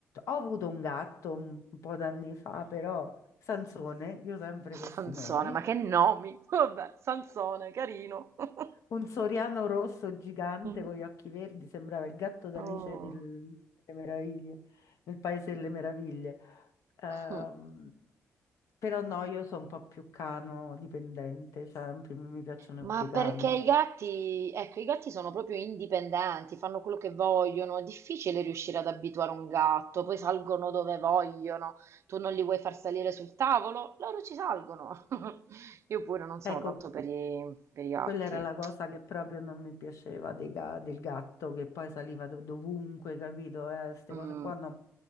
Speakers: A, on the left; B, on the right.
A: Ho avuto un gatto un un po' d'anni fa, però Sansone, io sempre
B: <laughs> Sansone,
A: con questi nomi.
B: ma che nomi! <laughs> Vabbè, Sansone, carino. <laughs>
A: Un soriano rosso gigante
B: Mm.
A: con gli occhi verdi, sembrava il gatto d'Alice
B: Oh.
A: del- delle Meraviglie, nel Paese delle Meraviglie. Ehm,
B: Mm.
A: però no, io sono un po' più cano dipendente, cioè mi mi piacciono
B: Ma
A: più i cani.
B: perché i gatti, ecco, i gatti sono proprio indipendenti, fanno quello che vogliono, è difficile riuscire ad abituare un gatto, poi salgono dove vogliono, tu non li vuoi far salire sul tavolo, loro ci salgono. <laughs> Io pure non sono
A: Ecco,
B: tanto per i, per i gatti.
A: Quella era la cosa che proprio non mi piaceva dei ga- del gatto che poi saliva do- dovunque, capito? Queste
B: Mm.
A: cose qua non-